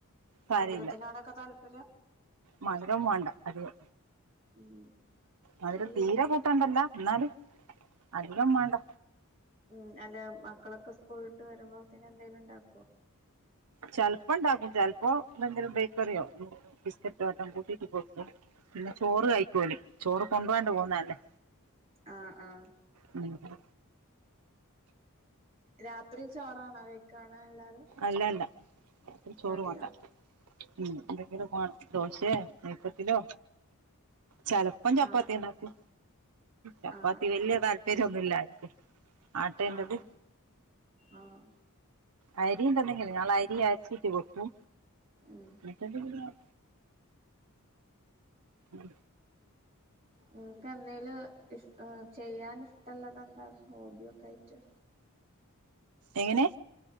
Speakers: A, on the right; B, on the right.
A: സാരയില്ല
B: മധുരത്തിനാെടൊക്കെ താല്പര്യ
A: മധുരം വേണ്ട അധികം
B: ഉം
A: മധുരം
B: ഈ
A: തീരെ പ റ്റണ്ടല്ല എന്നാലും അധികം വേണ്ട
B: ഉം അല്ല മക്കളൊക്കെ സ്കൂൾ വിട്ട് വരുമ്പോതേന് എന്തെലുണ്ടാക്കോ
A: ചെലപ്പോണ്ടാക്കും ചെലപ്പോ എന്തെങ്കിലും ബേക്കറിയോ ബിസ്ക്കറ്റോ എട്ടം കൂട്ടിട്ട് കൊടുക്കും പിന്നെ ചോറ് കഴക്കൂന് ചോറ് കൊണ്ട് വാണ്ട് പോവുന്നതല്ലേ
B: ആഹ് ആഹ്
A: ഉം ഉം
B: രാത്രി ചോറാണോ കഴിക്കാണേ എല്ലാരും
A: അല്ല അല്ല രാത്രി ചോറു
B: കടിയോ
A: വേണ്ട ഉം എന്തെങ്കിലും വേണം ദോശയോ നെയ് പത്തലോ ചെല പ്പോ ചപ്പാത്തിണ്ടാക്കും
B: ആഹ്
A: ചപ്പാത്തി
B: ആഹ്
A: വല്ല്യ
B: ആഹ്
A: താല്പര്യന്നുല്ല ആർക്കും ആട്ടേന്റത്
B: ആണോ ആഹ്
A: അരിണ്ടന്നെങ്കില് ഞളെ അരി അരച്ചീട്ട് വെക്കും
B: ഉം
A: എന്നിട്ടെന്തെങ്കിലും അ ഉം
B: നിക്ക് എന്തേലും ഇഷട ചെയ്യാൻ ഇഷ്ട്ടൊള്ളതെന്താ ഹോബിയൊക്കായിട്ട്
A: എങ്ങനെ